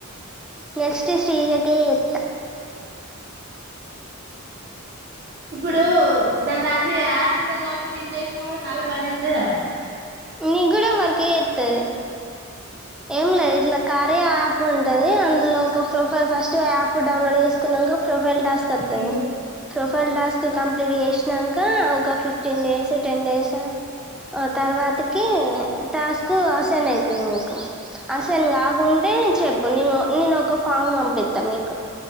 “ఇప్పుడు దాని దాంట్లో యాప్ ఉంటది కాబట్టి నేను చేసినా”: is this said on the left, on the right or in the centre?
Right